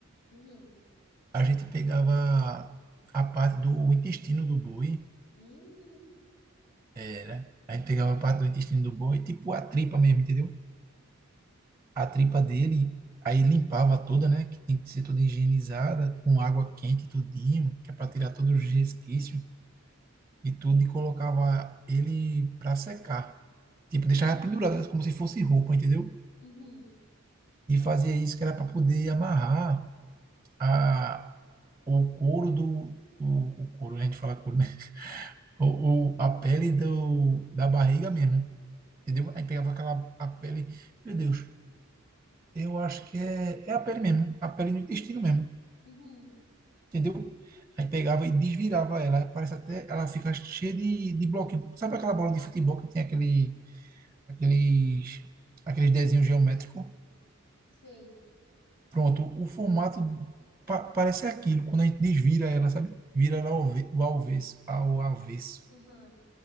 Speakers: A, on the left (about 60°); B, on the right (about 15°).
A: Uhum.
B: a gente pegava a parte do intestino do boi,
A: Uhum.
B: era. A gente pegava a parte do intestino do boi, tipo a tripa mesmo, entendeu? A tripa dele, aí limpava toda, né? Que tem que ser toda higienizada, com água quente, tudinho, que é para tirar todos os resquícios e tudo, e colocava ele para secar. Tipo, deixava
A: Uhum.
B: pendurado como se fosse roupa, entendeu?
A: Uhum.
B: E fazia isso que era para poder amarrar a, o couro do. O, o couro, né? a gente fala couro, né? ou, ou a pele do, da barriga mesmo, entendeu? Aí pegava aquela a pele, meu Deus, eu acho que é, é a pele mesmo, a pele do intestino mesmo,
A: Uhum.
B: entendeu? Aí pegava e desvirava ela, parece até, ela fica cheia de, de bloquinho. Sabe aquela bola de futebol que tem aquele, aqueles, aqueles desenhos geométricos?
A: Sei.
B: Pronto, o formato pa- parece aquilo, quando a gente desvira ela, sabe? Vira ela ao, ave- ao avesso, ao avesso.
A: Aham.